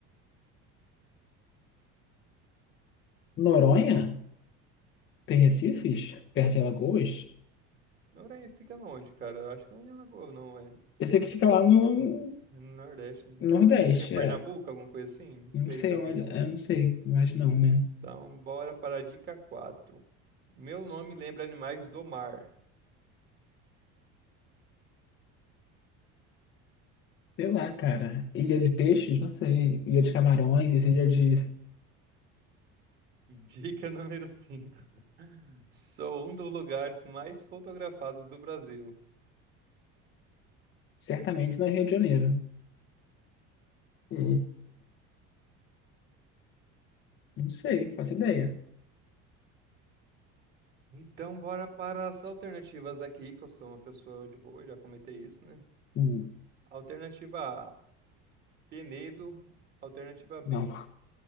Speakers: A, on the left; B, on the right.
A: Noronha? Tem Recifes? Perto de Alagoas?
B: Noronha fica onde, cara? Eu Acho que não é em Alagoas, não, é
A: Eu sei que fica lá no
B: É no Nordeste, né?
A: Nordeste,
B: Eu Acho que é em Pernambuco,
A: é.
B: alguma coisa assim. Não
A: Não
B: sei
A: sei
B: também.
A: onde, é, não sei, mas não, né?
B: Então, bora para a dica quatro. Meu nome lembra animais do mar.
A: Sei lá, cara. Ilha de Peixes? Não sei. Ilha de Camarões, Ilha de.
B: <laughs> Dica número 5. <laughs> Sou um dos lugares mais fotografados do Brasil.
A: Certamente não é Rio de Janeiro. É, Não sei, não faço ideia.
B: Então, bora para as alternativas aqui, que eu sou uma pessoa de boa, já comentei isso, né?
A: Hum,
B: Alternativa A, Penedo. Alternativa B,
A: Não.